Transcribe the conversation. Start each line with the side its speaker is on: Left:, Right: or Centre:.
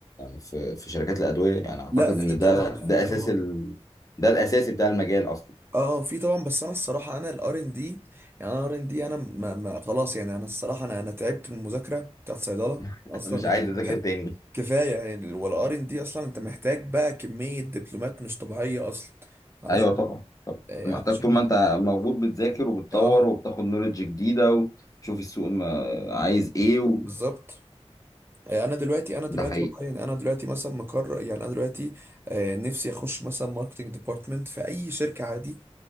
Left: في في شركات الأدوية يعني اعتقد
Right: لا
Left: ان
Right: في طبعا
Left: ده
Right: في
Left: ده
Right: طبعا
Left: اساس ال... ده الاساسي بتاع المجال اصلا
Right: اه في طبعا بس انا الصراحه انا الار ان دي يعني انا ار ان دي انا ما ما خلاص يعني انا الصراحه انا انا تعبت من المذاكره بتاعت صيدله
Left: <laughs>
Right: اصلا
Left: انا مش عايز
Right: يعني
Left: اذاكر تاني
Right: <laughs> كفايه يعني والار ان دي اصلا انت محتاج بقى كميه دبلومات مش طبيعيه اصلا علشان
Left: ايوه طبعا طبعا انت
Right: آه،
Left: محتاج
Right: علشان
Left: طول ما انت موجود بتذاكر وبتطور
Right: اه
Left: وبتاخد نوليدج جديدة وتشوف السوق ما- عايز ايه و...
Right: بالظبط آه، انا دلوقتي انا دلوقتي
Left: ده حقيقي
Right: والله يعني انا دلوقتي مثلا مقرر يعني انا دلوقتي آه، نفسي اخش مثلا ماركتنج ديبارتمنت في اي شركه عادي